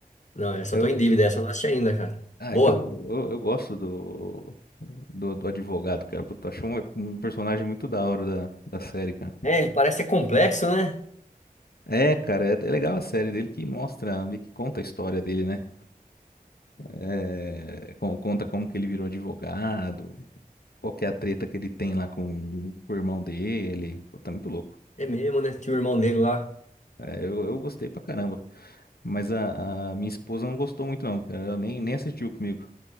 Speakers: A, on the left (about 50°); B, on the left (about 85°).
A: Não, essa
B: Eu,
A: eu tô em dívida, essa eu não assisti ainda, cara.
B: ah,
A: Boa.
B: é que eu, eu, eu gosto do, do, do advogado, cara. Puta, eu acho um, um personagem muito da hora da, da série, cara.
A: É, ele parece ser complexo, né?
B: É, cara, é, é legal a série dele que mostra, meio que conta a história dele, né? É, con- conta como que ele virou advogado, qual que é a treta que ele tem lá com, com o irmão dele. Puta, é muito louco.
A: É mesmo, né? Tinha o irmão dele lá.
B: É, eu, eu gostei pra caramba. Mas a, a minha esposa não gostou muito, não, cara. Ela nem, nem assistiu comigo.